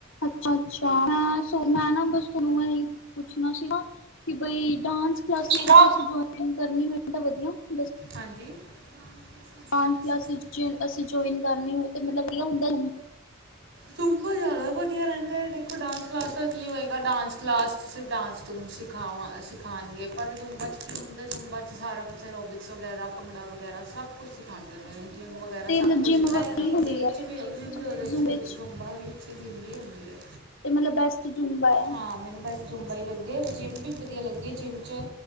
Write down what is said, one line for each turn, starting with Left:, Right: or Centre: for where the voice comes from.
Left: ਹੈ। ਅੱਛਾ ਅੱਛਾ ਮੈਂ ਮੈਂ ਨਾ ਬਸ ਤਨੂੰ ਇਹੀ ਪੁੱਛਣਾ ਸੀਗਾ ਕਿ ਬਈ ਡਾਂਸ ਅਸੀਂ
Right: ਸੀਗਾ
Left: ਜੁਆਇਨ ਕਰਨੀ ਹੋ ਤਾਂ ਵਧੀਆ ਹੁੰ ਡਾਂ
Right: ਹਾਂਜੀ ਡਾਂਸ ਅਸੀਂ ਜੇ
Left: ਅਸੀ
Right: ਅਸੀਂ ਜੁਆਇਨ ਕਰਨੀ
Left: ਅਸੀਂ
Right: ਹੋਏ
Left: ਜਇਨ
Right: ਤਾਂ
Left: ਕਰਨੀ ਹੋਏ ਮਤਲਬ ਹੁੰਦਾ
Right: ਸੂਬਾ ਜ਼ਿਆਦਾ ਵਧੀਆ ਰਹਿੰਦਾ ਹੈ ਦੇਖੋ ਡਾਂਸ ਕਲਾਸ ਦਾ ਕੀ ਹੋਏਗਾ ਡਾਂਸ ਕਲਾਸ ਚ ਸਿਰਫ ਡਾਂਸ ਡੂਸ ਸਿਖਾਵਾਂ ਸਿਖਾਣਗੇ ਪਰੂਬਾ ਚ ਕੀ ਹੁੰਦੇ ਸਾਰਾ ਕੁਛ ਰੋਬਿਕਸ ਵਗੈਰਾ ਭੰਗੜਾ ਵਗੈਰਾ ਸਭ ਕੁਛ ਸਿਖਾਦੇ ਨੇ ਜਿੰਮ ਵਗੈਰਾ
Left: ਤੇ
Right: ਸਭ
Left: ਮਤਲਬ
Right: ਕੁਛ
Left: ਜਿੰਮ
Right: ਨਹੀਂ
Left: ਵੱਖਰੀ
Right: ਨਹੀਂ
Left: ਹੁੰਦੀ
Right: ਜਿੰਮ
Left: ਆ
Right: ਚ ਵੀ ਜਮ ਵੀ ਉਹ
Left: ਜ਼ੂਮ ਵਿੱਚ
Right: ਜ਼ੋਂਬਾ ਐ ਜਿੰਮ ਵੀ ਹੁੰਦੀ ਹੈ
Left: ਤੇ ਮਤਲਬ ਬੈਸਟ ਜੂੰਬਾ ਆ।
Right: ਹਾਂ ਮੈਨੂੰ ਬੈਸਟ ਜ਼ਬਾ ਹੀ ਲੱਗਦੀ ਹੈ, ਜਿੰਮ ਵੀ ਵਧੀਆ ਲੱਗਦੀ ਹੈ ਜਿੰਮ ਚ